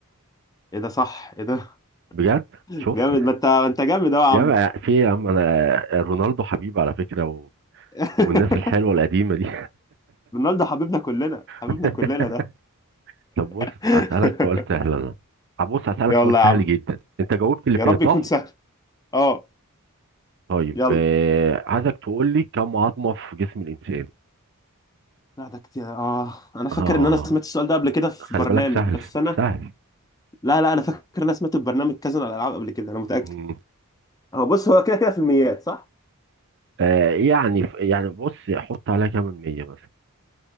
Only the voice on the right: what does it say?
بجد
شفت
يا
عم في إيه يا عم انا رونالدو حبيبي على فكرة و...
والناس الحلوة القديمة دي
<laughs>
طب بص
هسألك سؤال سهل انا هبص هسألك
سؤال
سهل
جدا انت جاوبت اللي
فات
صح؟
طيب
آه، عايزك تقول لي كم عظمة في جسم الإنسان؟
اه
خلي
بالك سهل
سهل
مم.
آه يعني يعني بص حط عليها كام مية مثلا